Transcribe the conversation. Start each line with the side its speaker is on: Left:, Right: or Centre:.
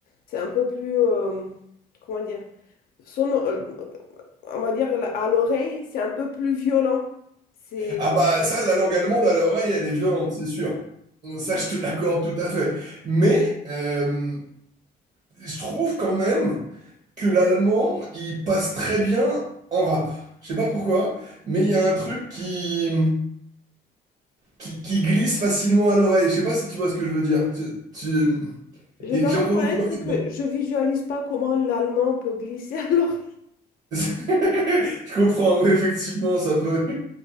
Left: c'est un peu plus, euh, comment dire, sono- euh, on va dire, à l'oreille, c'est un peu plus violent. C'est,
Right: Ah bah ça, la langue allemande à l'oreille, elle est violente, c'est sûr. Ça, je te l'accorde tout à fait. Mais euh, je trouve quand même... que l'allemand, il passe très bien en rap. Je sais pas pourquoi, mais il y a un truc qui, qui, qui glisse facilement à l'oreille. Je sais pas si tu vois ce que je veux dire. Tu, tu-
Left: je
Right: Et
Left: dois
Right: j'ai
Left: reconnaître
Right: entendu du rap
Left: que
Right: dans-
Left: je visualise pas comment l'allemand peut glisser à l'oreille.
Right: <laughs> Je comprends, oui, effectivement, ça peut...